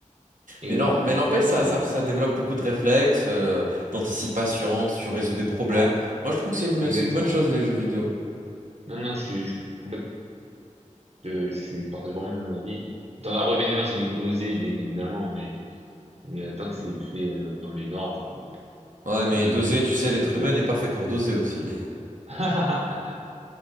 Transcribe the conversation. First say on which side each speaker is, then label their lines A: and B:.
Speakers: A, on the right; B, on the right.
A: exactement.
B: Mais non, mais n'empêche, ça,
A: Exactement.
B: ça, ça développe beaucoup de réflexes, euh, d'anticipation, si tu résous des problèmes.
A: Ouais,
B: Moi, je trouve que c'est une,
A: exactement.
B: c'est une bonne chose, les jeux vidéo.
A: Non, non, je suis, je suis complètement- je, je suis, je partage vraiment le même avis. Tant, après, bien évidemment, ça doit être dosé, bien évidemment, mais, mais euh, tant que c'est fait euh, dans les normes,
B: Ouais, mais
A: c'est-
B: doser,
A: c'est-
B: tu sais, l'être
A: ça fait
B: humain
A: bon.
B: n'est pas fait pour doser aussi. <laughs>
A: <laughs>